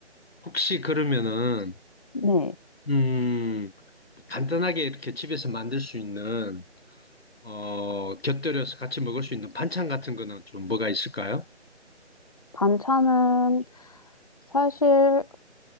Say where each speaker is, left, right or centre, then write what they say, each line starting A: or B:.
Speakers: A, on the left; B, on the left.
A: 혹시 그러면은
B: 네.
A: 음 간단하게 이렇게 집에서 만들 수 있는 어 곁들여서 같이 먹을 수 있는 반찬 같은 거는 좀 뭐가 있을까요?
B: 반찬은 사실